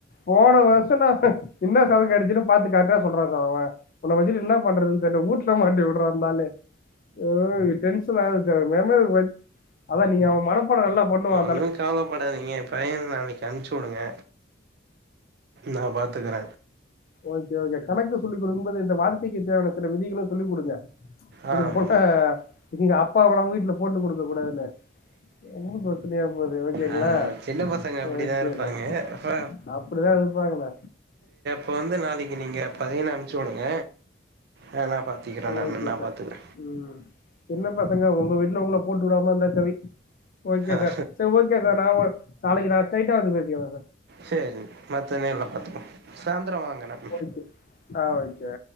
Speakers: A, on the left; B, on the right.
A: போன வருசோ நா என்னா சம்மு கேடச்சிது பாத்து கரெக்டா சொல்றா சார் அவஅவன வச்சிட்டு என்ன பண்றதுன்னு தெரில ஊ ட்னா மாட்டி விட்றா அந்தாளு ஏய் டென்ஷனாவுது ச மெம வச் அவ நீங்க அவ மனப்பாட நல்லா பண்ணுவா
B: ஒன்னு கவலப்படாதீங்க பையன நாளைக்கு அம்ச்சூடுங்க நா பாத்துகற
A: ஓகே ஓகே கணக்கு சொல்லி் குடுக்கும்போது இந்த வார்த்தைக்கு தேவையான சில விதிகளு சொல்லி குடுங்க
B: ஆ
A: இது போட்டா நீங்க அப்பாவலா வீட்ல போட்டு குடுக்க கூடாதுனு ரொம்ப பிரச்சனையா போது ஓகேங்ளா
B: ஆ சின்ன பசங்க அப்டிதான்
A: ஓகேதா
B: இருப்பாங்க பா
A: அப் அப்டிதா இருப்பாங்க
B: இப்ப வந்து நாளைக்கு நீங்க பையன அம்ச்சூடுங்க ஆ டீ கட அண்ண
A: ஓகே
B: அண்ண நா
A: சார்
B: பாத்துகற
A: ம் சின்ன பசங்க ஒங்க வீட்ல ஒங்ள போட்டு வுடாமா இருந்தா செரி ஓகே
B: ஆ
A: சர் சே ஓகே சர் நா ஒ நாளைக்கு நா ஸ்ட்ரைட்டா வந்து பேசிகிற
B: சேரி மத்த நேர்ல பாத்துப்போ சாந்திர வாங்கண்ணா
A: ஓடிசி ஆ ஓக்கே